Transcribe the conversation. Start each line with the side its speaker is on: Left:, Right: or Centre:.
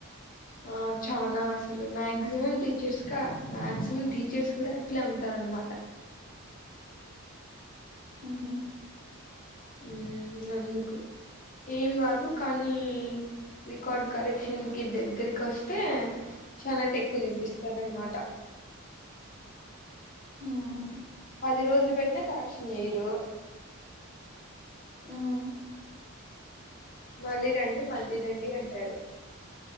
Left: ఆ చానా అసలు మాక్సిమం టీచర్స్ కా మాక్సిమం టీచర్స్ కూడా అట్లా ఉంటారు అనమా మాట
Right: మ్హూ.
Left: ఊ అందుకు ఏం రాదు కానీ రికార్డ్ కరెక్షన్ కి దగ్గర కొస్తే చాలా టెక్కు చూపిస్తార అనమాట
Right: మ్,
Left: పది రోజులు పెట్టిన కరెక్షన్ జేయరు
Right: మ్.
Left: మళ్ళీ రండి మళ్ళీ రండి అంటారు